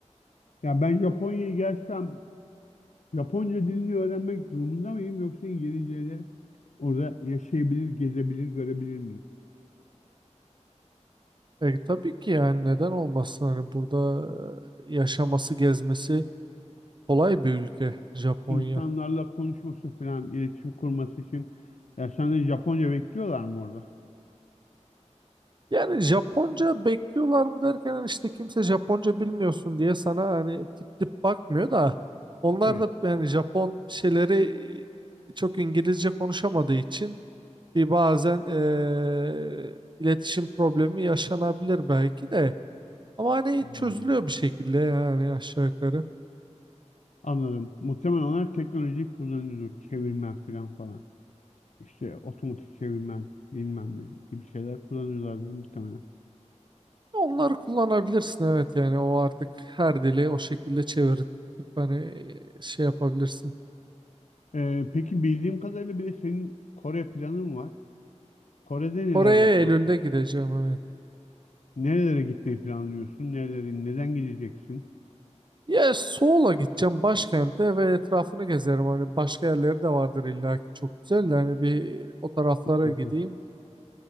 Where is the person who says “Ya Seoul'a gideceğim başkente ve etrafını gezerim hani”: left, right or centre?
Right